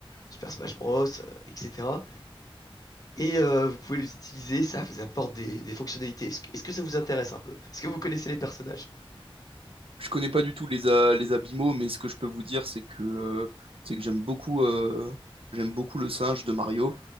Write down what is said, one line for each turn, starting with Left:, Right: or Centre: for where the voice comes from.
Left: Super Smash Bros, euh, etc. Et euh, vous pouvez les utiliser, ça vous apporte des, des fonctionnalités. Est-ce que, est-ce que ça vous intéresse un peu? Est-ce que vous connaissez les personnages?
Right: je connais pas du tout les, a- les abîmaux, mais ce que je peux vous dire, c'est que, euh, c'est que j'aime beaucoup, euh, j'aime beaucoup le singe de Mario.